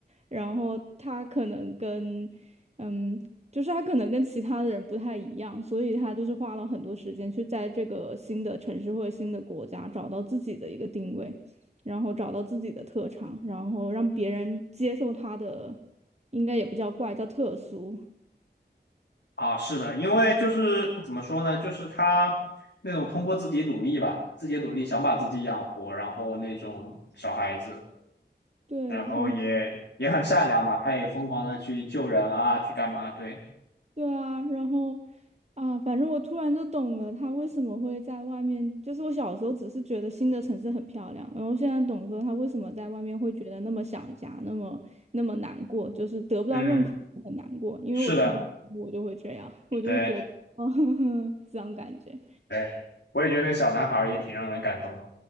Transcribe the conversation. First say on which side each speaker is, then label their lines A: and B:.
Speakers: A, on the right; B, on the left.
A: 然后他可能跟，嗯，就是他可能跟其他的人不太一样，所以他就是花了很多时间去在这个新的城市或者新的国家找到自己的一个定位，然后找到自己的特长，然后让别人接受他的，应该也不叫怪，叫特殊。
B: 啊，是的，因为就是怎么说呢，就是他那种通过自己努力吧，自己努力想把自己养活，然后那种小孩子，
A: 对，
B: 然后也也很善良嘛，
A: 然。
B: 他也疯狂的去救人啊，去干嘛？对，
A: 对啊，然后啊，反正我突然就懂了，他为什么会在外面。就是我小时候只是觉得新的城市很漂亮，然后现在懂说他为什么在外面会觉得那么想家，那么那么难过，就是得不到认可很难过。
B: 嗯，
A: 因为我出国，
B: 是的，
A: 我就会这样，我就会觉得，
B: 对
A: 哦，<laughs> 这样感觉。
B: 对，我也觉得那小男孩儿也挺让人感动，